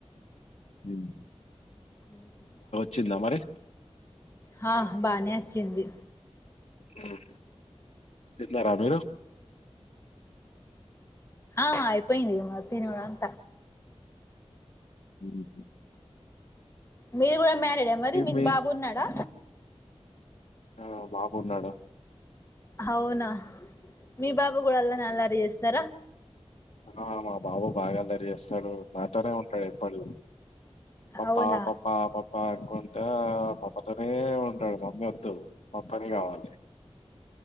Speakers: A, on the left; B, on the left.
A: ఉమ్
B: ఉహుమ్
A: చ్చిందా మరి
B: హా బానే వచ్చింది
A: ఉమ్ తిన్నారా మీరు
B: ఆ అయిపోయింది మా తినుడు అంత
A: ఉహుమ్
B: మీరు కూడా మ్యారిడ్ మరి మీకు
A: మీ
B: బాబున్నాడా
A: ఆ బాబుపున్నాడు
B: అవునా మీ బాబు కూడా అలారి అలారి చేస్త ధార
A: ఆ మా బాబు బాగా దరిచేస్తాడు నాతోనే ఉంటాడు ఎప్పడు పపా
B: అవునా
A: పపా ప పకుంటా పామతోనే ఉంటాడు మమ్మీ వద్దు పప్పనే కావాలే